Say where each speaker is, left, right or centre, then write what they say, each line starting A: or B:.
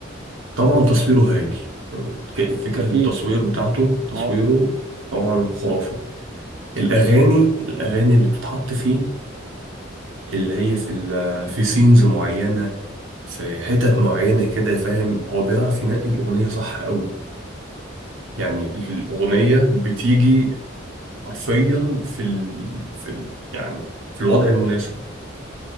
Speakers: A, on the right (about 80°); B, on the right (about 55°).
A: طبعا تصويره هايل يعني ك- فكرة
B: اكيد
A: التصوير بتاعته تصويره
B: ما هو
A: طبعا خرافي الأغاني الأغاني اللي بتتحط فيه اللي هي في ال- في سينز معينة في حتت معينة كده فاهم هو بيعرف ينقي الأغنية صح قوي يعني الأغنية بتيجي حرفيا في ال... في ال... يعني في الوضع المناسب